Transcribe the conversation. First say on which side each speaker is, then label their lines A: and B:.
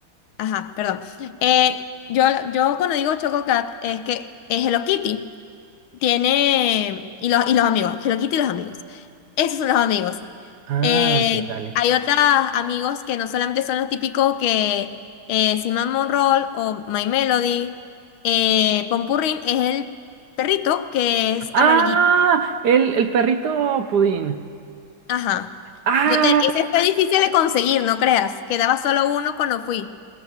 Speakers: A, on the left (about 80°); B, on the right (about 60°).
A: ajá, perdón. Eh, yo, yo cuando digo Chococat es que es Hello Kitty. Tiene. Y los, y los amigos. Hello Kitty y los amigos. Esos son los amigos.
B: Ah,
A: Eh,
B: ok, dale.
A: hay otros amigos que no solamente son los típicos que eh, Cinnamon Roll o My Melody. Eh, Pompurrín es el perrito que es
B: ¡Ah!
A: amarillito.
B: El, el perrito pudín.
A: Ajá.
B: ¡Ah!
A: Yo te, ese fue difícil de conseguir, no creas. Quedaba solo uno cuando fui.